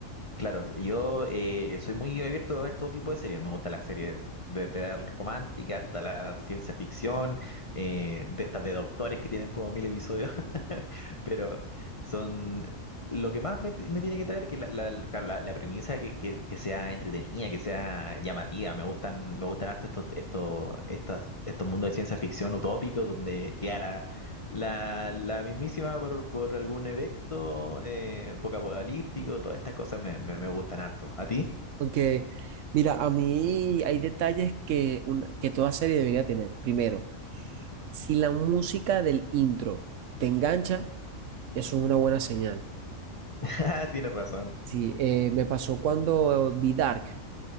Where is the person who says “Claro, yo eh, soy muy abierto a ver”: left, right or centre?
Left